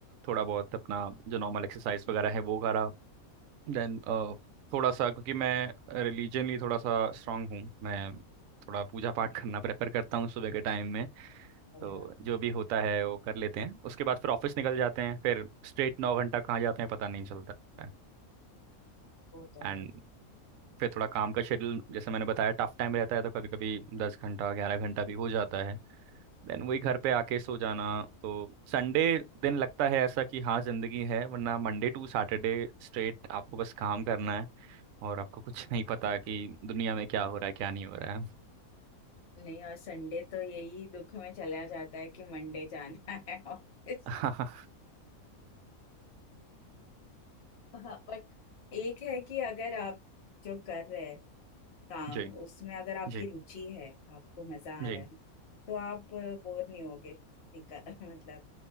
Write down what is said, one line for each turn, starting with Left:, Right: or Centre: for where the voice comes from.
Right: थोड़ा बहुत अपना जो नॉर्मल एक्सरसाइज वगैरह है वो करा देन थोड़ा सा क्योंकि मैं रिलीजनली थोड़ा सा स्ट्रांग हूँ मैं थोड़ा पूजा पाठ करना प्रेफर करता हूँ सुबह के टाइम में
Left: अरे
Right: तो
Left: वाह,
Right: जो भी होता है वो कर लेते हैं उसके बाद फिर ऑफिस निकल जाते हैं फिर स्ट्रेट नौ घंटा कहाँ जाते हैं पता नहीं चलता है
Left: वो तो
Right: एंड
Left: है
Right: फिर थोड़ा काम का शेड्यूल जैसे मैंने बताया टफ टाइम रहता है तो कभी कभी दस घंटा ग्यारह घंटा भी हो जाता है देन वही घर पे आके सो जाना तो संडे दिन लगता है ऐसा कि हाँ जिंदगी है वरना मंडे टू सैटरडे स्ट्रेट आपको बस काम करना है और आपको कुछ नहीं पता कि दुनिया में क्या हो रहा है क्या नहीं हो रहा
Left: नहीं और संडे तो यही दुख में चला जाता है कि मंडे जाना <laughs> है ऑफिस
Right: है
Left: हाँ बट एक है कि अगर आप जो कर रहे हैं
Right: <laughs>
Left: काम
Right: जी
Left: उसमें अगर आपकी
Right: जी
Left: रुचि है आपको मजा
Right: जी
Left: आ रहा है तो आप बोर नहीं होगे निकल <laughs> मतलब